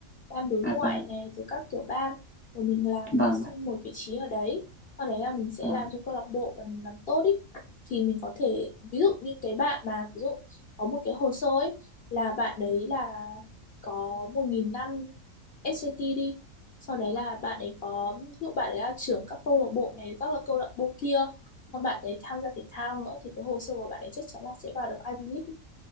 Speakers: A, on the left (about 50°); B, on the left (about 20°).
A: ban đối
B: à
A: ngoại
B: vâng
A: này rồi các kiểu ban rồi mình làm
B: vâng
A: mình xin một vị trí ở đấy sau đấy là mình sẽ
B: vâng
A: làm cho câu lạc bộ và mình làm tốt ý thì mình có thể ví dụ như cái bạn mà ví dụ có một cái hồ sơ ấy là bạn đấy là có một nghìn năm SAT đi sau đấy là bạn ấy có ví dụ bạn ấy là trưởng các câu lạc bộ này các là câu lạc bộ kia còn bạn ấy tham gia thể thao nữa thì cái hồ sơ của bạn ấy chắc chắn là sẽ vào được Ivy League ấy.